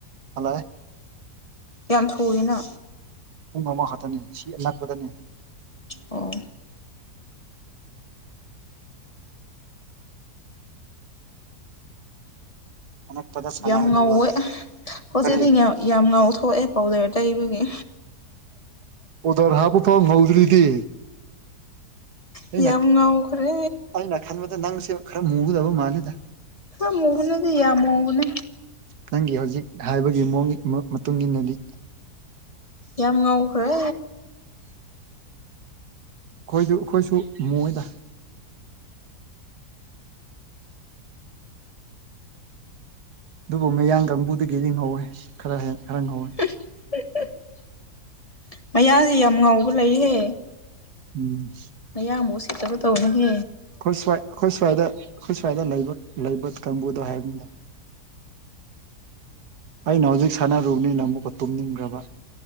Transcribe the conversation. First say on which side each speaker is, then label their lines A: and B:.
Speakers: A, on the right (about 75°); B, on the left (about 25°).
A: ꯍꯜꯂꯛꯑꯦ
B: ꯌꯥꯝ ꯊꯨꯑꯦꯅ
A: ꯄꯨꯡ ꯑꯃ ꯈꯛꯇꯅꯤ ꯁꯤ ꯑꯅꯛꯄꯗꯅꯦ
B: ꯑꯣ
A: ꯑꯅꯛꯄꯗ ꯁꯥꯟꯅꯔꯒ
B: ꯌꯥꯝ ꯉꯥꯎꯋꯦ
A: ꯂꯣꯏ
B: ꯍꯧꯖꯤꯛꯇꯤ
A: ꯀꯔꯤ
B: ꯌꯥꯝ ꯌꯥꯝ ꯉꯥꯎꯊꯣꯛꯑꯦ ꯄꯥꯎꯗꯔ ꯇꯩꯕꯒꯤ
A: ꯄꯥꯟꯗ꯭ꯔ ꯍꯥꯞꯄꯐꯥꯎ ꯉꯧꯗ꯭ꯔꯗꯤ ꯑꯩꯅ
B: ꯌꯥꯝ ꯉꯧꯈ꯭ꯔꯦ
A: ꯑꯩꯅ ꯈꯟꯕꯗ ꯅꯪꯁꯦ ꯈꯔ ꯃꯨꯒꯗꯕ ꯃꯥꯜꯂꯦꯗ
B: ꯈꯥꯔ ꯃꯨꯕ ꯅꯠꯇꯦ ꯌꯥꯝ ꯃꯨꯕꯅꯦ
A: ꯅꯪꯒꯤ ꯍꯧꯖꯤꯛ ꯍꯥꯏꯕꯒꯤ ꯃꯑꯣꯡ ꯃꯇꯨꯡ ꯏꯟꯅꯗꯤ
B: ꯌꯥꯝ ꯉꯧꯈ꯭ꯔꯦ
A: ꯈꯣꯏꯁꯨ ꯑꯩꯈꯣꯏꯁꯨ ꯃꯨꯏꯗ ꯑꯗꯨꯕꯨ ꯃꯌꯥꯡ ꯀꯥꯡꯕꯨꯗꯒꯤꯗꯤ ꯉꯧꯋꯦ ꯈꯔ ꯍꯦꯟ ꯈꯔ ꯉꯧꯋꯦ
B: <unintelligible> ꯃꯌꯥꯡꯗꯤ ꯌꯥꯝ ꯉꯥꯎꯕ ꯂꯩꯍꯦ
A: ꯎꯝ
B: ꯃꯌꯥꯡꯕꯨ ꯎꯁꯤꯠꯇꯕ ꯇꯧꯅꯣ ꯍꯦ
A: ꯑꯩꯈꯣꯏ ꯁ꯭ꯋꯥꯏ ꯑꯩꯈꯣꯐ ꯁ꯭ꯋꯥꯏꯗ ꯑꯩꯈꯣ ꯁ꯭ꯋꯥꯏꯗ ꯂꯩ ꯂꯩꯕ ꯀꯥꯡꯕꯨꯗꯣ ꯍꯥꯏꯕꯅꯤꯗ ꯑꯩꯅ ꯍꯧꯖꯤꯛ ꯁꯥꯟꯅꯔꯨꯕꯅꯤꯅ ꯑꯃꯨꯛꯀ ꯇꯨꯝꯅꯤꯡꯈ꯭ꯔꯕ